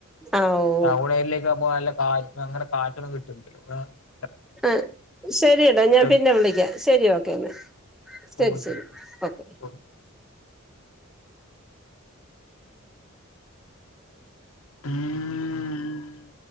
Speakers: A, in the centre; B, on the left.
A: ആഹ് ഓഹ്
B: ടൗൺ ഏരിലേക്കാവുമ്പോ നല്ല കാ അങ്ങനെ കാറ്റൊന്നും <unintelligible> ഇവടെ
A: ആഹ് ശെരി ചേട്ടാ ഞാൻ
B: പ്രകൃ
A: പിന്നെ വിളിക്കാം ശെരി ഓക്കേ ന്നാ ശെരി
B: ഓ
A: ശെരി
B: ശരി
A: ഓക്കെ
B: ഓ <inaudible>